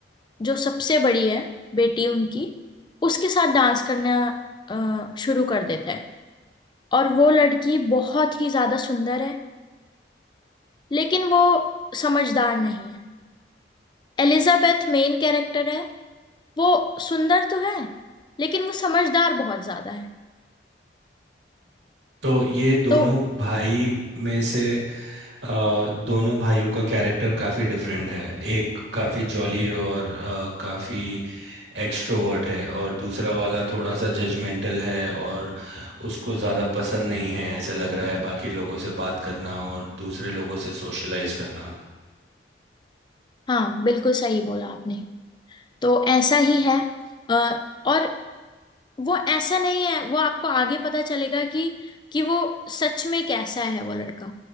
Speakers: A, on the left; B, on the right.
A: जो सबसे बड़ी है बेटी उनकी उसके साथ डांस करना अ, शुरू कर देता है और वो लड़की बहुत ही ज्यादा सुंदर है लेकिन वो समझदार नहीं है एलिजाबेथ मेन कैरेक्टर है वो सुंदर तो है लेकिन वो समझदार बहुत ज्यादा है
B: तो ये दोनों
A: तो
B: भाई में से अ, दोनों भाइयों का कैरेक्टर काफ़ी डिफरेंट है एक काफ़ी जॉली और अ, काफ़ी एक्सट्रोवर्ट है और दूसरा वाला थोड़ा सा जजमेंटल है और उसको ज़्यादा पसंद नहीं है ऐसा लग रहा है बाकी लोगों से बात करना और दूसरे लोगों से सोशलाइज करना
A: हाँ बिल्कुल सही बोला आपने तो ऐसा ही है अ, और वो ऐसा नहीं है वो आपको आगे पता चलेगा कि कि वो सच में कैसा है वो लड़का